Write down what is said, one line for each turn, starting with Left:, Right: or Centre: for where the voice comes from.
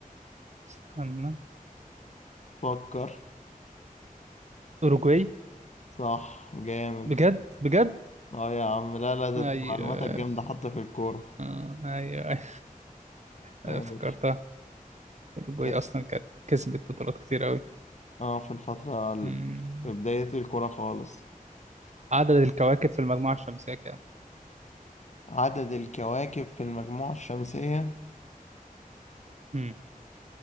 Right: استنى
Left: فكر
Right: أوروجواي
Left: صح جامد
Right: بجد بجد
Left: اه يا عم لا لا ده
Right: ايوه
Left: انت معلوماتك جامدة حتى في الكورة
Right: آه، ايوه أيوة.
Left: ماشي
Right: افتكرتها الجوي
Left: اسم
Right: اصلا كانت كسبت بطولات كتير قوي
Left: اه في الفترة ال...
Right: مم.
Left: في بداية الكورة خالص
Right: عدد الكواكب في المجموعة الشمسية كام؟
Left: عدد الكواكب في المجموعة الشمسية
Right: مم.